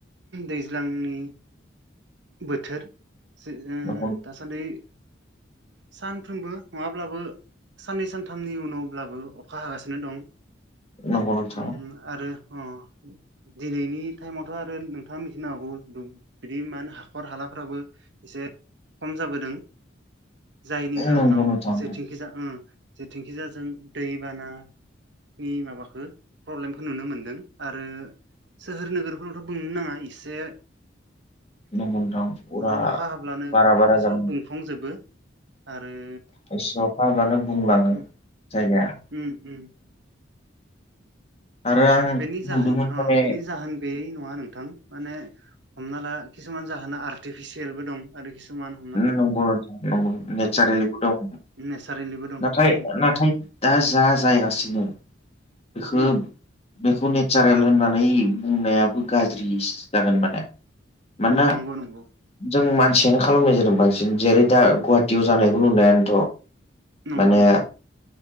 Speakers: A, on the right; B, on the left.
A: दैज्लांनि बोथोर जि ओं
B: नंगौ
A: दासान्दि सानफ्रोमबो नङाब्लाबो साननै सानथामनि उनावब्लाबो अखा हागासिनो बिदिनो दं
B: नंगौ नोंथां
A: उम आरो अ दिनैनि टाइमावथ' आरो नोंथाङा मिथिनो हागौ दु बिदि मा हाखर हालाफ्राबो एसे खम जाबोदों जायनि जाहोनाव
B: नंगौ नोंथां
A: जेथिं जेखिजाय उम जे जेखिजाजों दै बाना नि माबाखौ प्रब्लेमखौ नुनो मोनदों आरो सोहोर नोगोरफोरावथ' बुंनो नाङा एसे
B: नंगौ नोंथां अरा
A: माबा अखा हाब्लानो
B: बारा बारा जादों
A: सब बुं फुंजोबो आरो
B: एसे अखा हाब्लानो बुंलाङो
A: उम
B: जायगाया
A: उम उम
B: आरो आं
A: बेनि जाहोन
B: नुदोंमोन
A: ओ
B: माने
A: बेनि जाहोन बे नंङा नोंथां माने हमना ला किसुमान जाहोना आर्टिफिसियेलबो दं। आरो खिसुमान
B: नंगौ नंगौ नेचारेलिबो दं।
A: नेसारलिबो दं।
B: नाथाय
A: उम
B: नाथाय दा जा जायगासिनो बेखौ
A: उम
B: बेखौ नेचारेल होननानै बुंनायाबो गाज्रिस जागोन माने मानोना
A: उम नंगौ नंगौ
B: जों मानसिनो ख खालामनाय जादों बांसिन जेरै दा गुवाहाटियाव जानायखौ नुनायानोथ'
A: नंगौ
B: माने
A: नोंथां